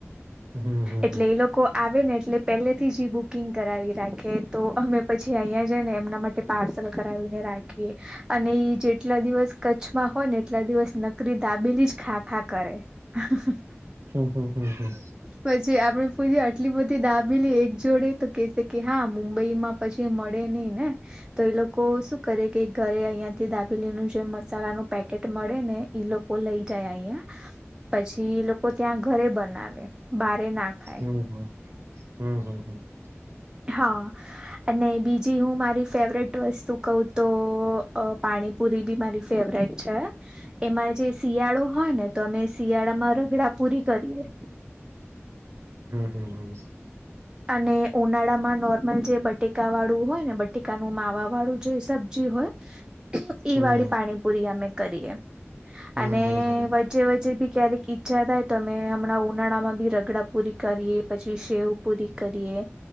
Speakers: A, on the right; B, on the right.
A: હમ હમ હમ હમ હમ હમ હમ હમ હમ હમ હમ હમ હમ હમ હમ હમ હમ હમ હમ
B: એટલે એ લોકો આવે ને, એટલે પેલેથી જ બુકિંગ કરાવી રાખે, તો અમે પછી અહીંયા જાય ને, એમના માટે પાર્સલ પેલા કરાવીને રાખીએ‌. અને જેટલા દિવસ કચ્છમાં હોય ને, એટલા દિવસ નકરી દાબેલી જ ખા, ખા કરે. <unintelligible>
A: હમ, હમ, હમ, હમ.
B: પછી આપડે પૂછીએ, આટલી બધી દાબીલી એક જોડે? તો કેસે કે, હા, મુંબઈમાં પછી મળે નઈ ને. તો એ લોકો શું કરે કે, ઘરે અહિયાંથી દાબેલીનું જે મસાલાનું પેકેટ મળે ને, એ લો કો લઈ જાય અહીંયા? પછી એ લોકો ત્યાં ઘરે બનાવે. બારે ના ખાય
A: હમ, હમ, હમ, હમ, હમ. <unintelligible>
B: હા, અને બીજી હું મારી ફેવરેટ વસ્તુ કેવ તો, પાણીપુરી ભી મારી ફેવરેટ છે. એમાં જે શિયાળો હોય ને તો અમે સિયાડા મા રગડા પૂરી કરીએ.
A: હમ્મ, હમ્મ.
B: અને ઉનાળા માં નોર્મલ જે બટેકા વાળું હોય ને બટેકાનું માવા વાળું જે સબ જે હોય ઈ
A: હમ
B: વાળી પાણીપુરી અમે કરીએ.
A: હમ
B: અને
A: હમ હમ
B: વચ્ચે વચ્ચે ભી ક્યારેક ઈચ્છા થાય તો અમે હમણાં ઉનાળા માં ભી રગડા પૂરી કરીએ પછી શેવ પૂરી કરીએ